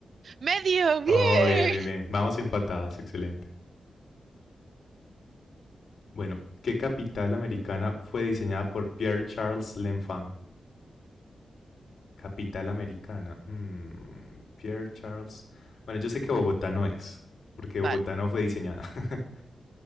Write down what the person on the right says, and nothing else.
¡Medio! ¡Bien!
Vale,